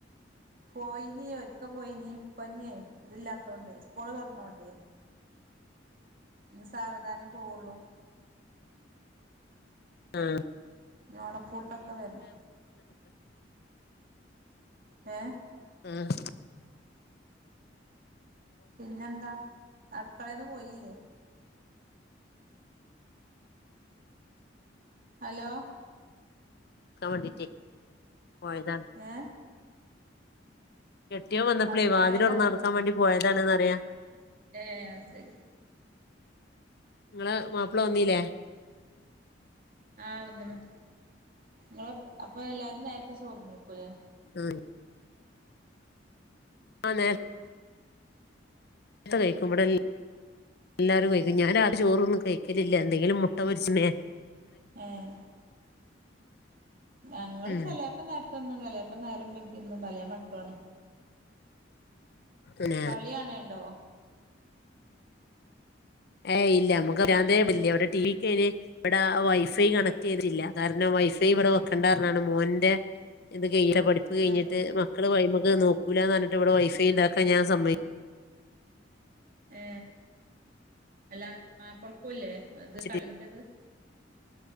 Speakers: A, on the right (about 50°); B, on the left (about 60°).
A: പോയിനി ഒരിക്ക പോയിനി ഇപ്പൊ ഇന്നിയെ ഇതില്ലാത്തോണ്ടേ സ്കൂള് തുറന്നോണ്ടേ ഇനി സാവധാനെ പോവുള്ളൂ
B: ആ
A: ന്നി ഓണപുട്ടൊക്കെ വരണം ഏ
B: ആഹ്
A: പിന്നെന്താ അടുകളെന്ന് പോയില്ലേ ഹലോ
B: വണ്ടിട്ടേ പോയതാണ്.
A: ഏ
B: കെട്ടിയോ വന്നപ്പോളേ
A: അടുക്കളയിലാണോയ്ച്ച
B: വാതിലൊറോന്നൊടുക്കാൻ വേണ്ടി പോയതാണെന്ന്റിയാം.
A: ഏ അഹ്സരി
B: നിങ്ങള് മാപ്പിള വന്നീല്ലേ
A: ആഹ ഒന്ന നിങ്ങള അപ്പൊ എല്ലാരും നേരത്തെ ചോർന്നേക്കൂല്ലേ
B: ആ ആനെ നേത്ത് കഴിക്കുമ്പോടല്ലേ എല്ലാരും കഴിക്കും ഞാൻ ആ ചോറും ഒന്നും കഴിക്കലില്ല എന്തെങ്കിലും മുട്ട പൊരിച്ചണേ
A: ആഹ ഞങ്ങള്ൾ
B: ഉം
A: ചിലപ്പ നേരത്തെന്നു ചിലപ്പ നേരം വിക്കുന്നു ഭല മട്ടണ്
B: പിന്നെ
A: കളിയാണണ്ടോ
B: ഏ ഇല്ല നമുക്ക് അറിയാത ഇവിടെ ടി വിക്ക് ഇവിടെ വൈഫൈ കണക്ട് ചെയ്തിട്ടല്ല കാരണം വൈഫൈ ഇവിടെ വെക്കേണ്ടന്നാണ് മോന്റെ ഇത് ജെ ഈ ഈ യുടെ പഠിപ്പ് കഴിഞ്ഞിട്ട്
A: ആ
B: മക്കള് ത് നോക്കൂലാന്ന് പറഞ്ഞിട്ട് ഇവിടെ വൈഫൈ ഉണ്ടാക്കാൻ ഞാൻ സമ്മ
A: ഏ അല്ല മാപ്പഴക്കല്ലേ അത്
B: സമ്മതിച്ചിട്ടില്ല
A: കളിൻ്റത്